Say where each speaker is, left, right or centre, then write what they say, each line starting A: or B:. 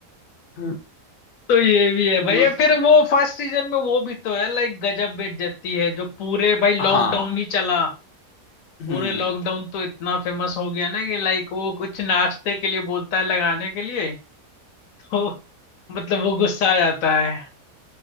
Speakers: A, on the left; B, on the left.
A: <laughs>
B: तो ये भी है
A: वो
B: भैया
A: स-
B: फिर वो फर्स्ट सीजन में वो भी तो है लाइक गजब बेइज्जती है जो पूरे भाई लॉकडाउन
A: हाँ
B: ही चला
A: हम्म
B: पूरे लॉकडाउन तो इतना फेमस हो गया ना कि लाइक वो कुछ नाश्ते के लिए बोलता है लगाने के लिए वो मतलब वो गुस्सा आ जाता है